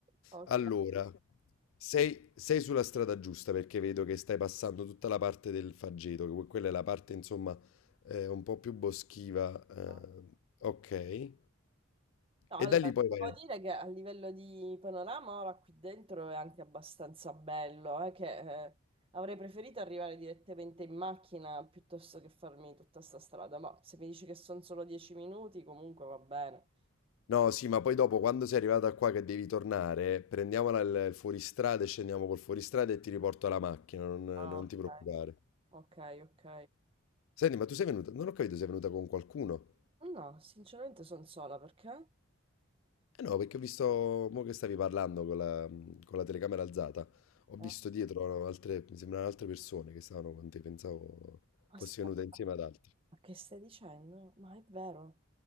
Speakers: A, on the right; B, on the left.
A: Ok.
B: Allora, sei, sei sulla strada giusta perché vedo che stai passando tutta la parte del Faggeto, che que- quella è la parte, insomma, eh, un po' più boschiva, eh,
A: Ok.
B: ok.
A: No, allora,
B: E da lì poi
A: devo
B: vai. a-
A: dire che a livello di panorama ora qui dentro è anche abbastanza bello, eh, che eh, avrei preferito arrivare direttamente in macchina piuttosto che farmi tutta sta strada, ma se mi dici che sono solo dieci minuti comunque va bene.
B: No, sì, ma poi dopo, quando sei arrivata qua che devi tornare, prendiamola il, il fuoristrada e scendiamo col fuoristrada e ti riporto alla macchina, non, non
A: Ah, ok,
B: ti preoccupare.
A: ok, ok.
B: Senti, ma tu sei venuta, non ho capito, sei venuta con qualcuno?
A: No, sinceramente sono sola perché?
B: Eh no, perché ho visto, mo che stavi parlando con la, con la telecamera alzata, ho visto
A: Ah,
B: dietro altre, mi sembrano altre persone che stavano con te, pensavo
A: Aspetta,
B: fossi venuta insieme ad altri.
A: ma che stai dicendo? Ma è vero,